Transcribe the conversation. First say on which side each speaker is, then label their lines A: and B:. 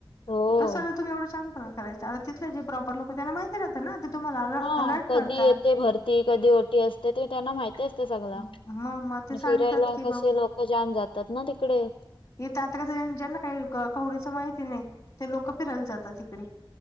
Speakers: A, on the left; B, on the left.
A: हो
B: मग कशाला तुम्ही एवढा शानपणा करायचा आता तिथलं जे प्रॉपर लोकं त्याना माहिती राहात ना तुम्हाला
A: हा
B: अलर्ट
A: कधी
B: करता.
A: येते भरती कधी ओटी असते ते त्यांना माहिती‌ अस ते सगला
B: मग
A: आणि
B: मग ते सांगतात
A: फिरायला
B: की
A: कसे लोकं जाम जातात ना तिकडे.
B: इथ आता कसं ज्यांना काही कवडीच माहिती नाही ते लोक फिरायला जातात इकडे,